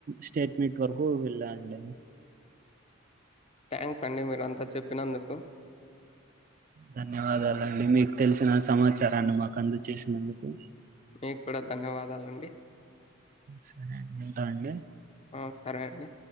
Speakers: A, on the right; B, on the left.
A: స్టేట్ మీట్ వరకు వెళ్ళా అండి
B: థ్యాంక్స్ అండి మీరు అంతా చెప్పినందుకు
A: ధన్యవాదాలండి మీకు తెలిసిన సమాచారాన్ని మాకు అందుచేసినందుకు
B: మీకు కూడా ధన్యవాదాలండి
A: సరే అండి ఉంటా అండి
B: ఆ సరే అండి